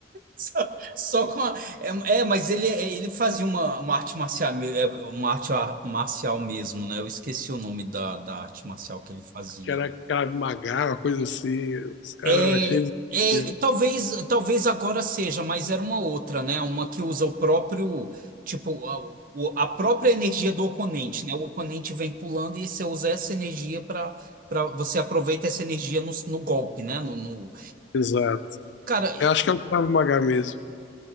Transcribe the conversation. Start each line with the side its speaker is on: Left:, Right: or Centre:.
Right: Só, só com a... é, é, mas ele, é, ele fazia uma, uma arte marcial, me- é, uma arte a- marcial mesmo, né? Eu esqueci o nome da, da arte marcial que ele fazia.
Left: Que era Krav Maga, uma coisa assim. Os caras
Right: É,
Left: eram cheios
Right: é,
Left: de.
Right: talvez, talvez agora seja, mas era uma outra, né? Uma que usa o próprio, tipo, a, o- a própria energia do oponente, né? O oponente vem pulando e você usa essa energia para para você aproveita essa energia no, no golpe, né? No, no...
Left: Exato.
Right: Cara,
Left: Eu acho que é o Krav Maga mesmo.